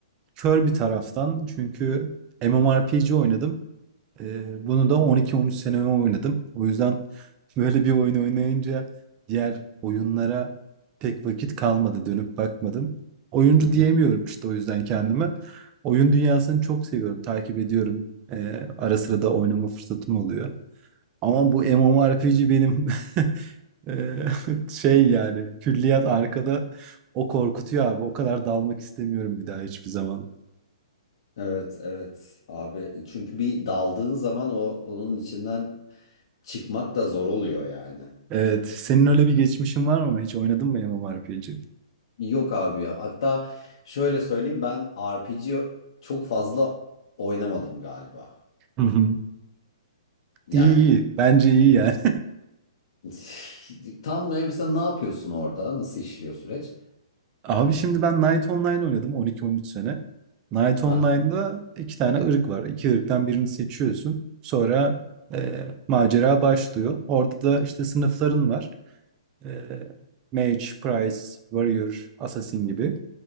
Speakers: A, on the right; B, on the left.
A: kör bir taraftan çünkü MMORPG oynadım. Ee, bunu da 12-13 seneme oynadım. O yüzden böyle bir oyun oynayınca diğer oyunlara pek vakit kalmadı. Dönüp bakmadım. Oyuncu
B: Hı hı.
A: diyemiyorum işte o yüzden kendime. Oyun dünyasını çok seviyorum. Takip ediyorum. Ee, ara sıra da oynama fırsatım oluyor. Ama bu MMORPG benim <laughs> ee, şey yani külliyat arkada o korkutuyor abi. O kadar dalmak istemiyorum bir daha hiçbir zaman.
B: Evet evet abi. Çünkü bir daldığın zaman o onun içinden çıkmak da zor oluyor yani.
A: Evet. Senin öyle bir geçmişin var mı? Hiç oynadın mı MMORPG?
B: Yok abi ya. Hatta şöyle söyleyeyim ben RPG çok fazla oynamadım galiba.
A: Hı hı.
B: Yani
A: İyi iyi. Bence iyi yani.
B: <laughs> Tam ne- mesela ne yapıyorsun orada? Nasıl işliyor süreç?
A: <laughs> Abi şimdi ben Knight Online oynadım 12-13 sene. Knight Online'da
B: Ha,
A: iki tane ırk var. İki ırktan birini seçiyorsun. Sonra e, macera başlıyor. Orada da işte sınıfların var. E, Mage, Priest, Warrior, Assassin gibi.